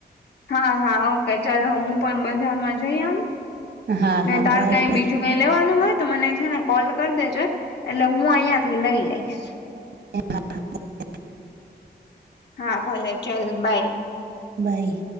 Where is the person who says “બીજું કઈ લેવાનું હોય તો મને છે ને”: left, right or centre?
Left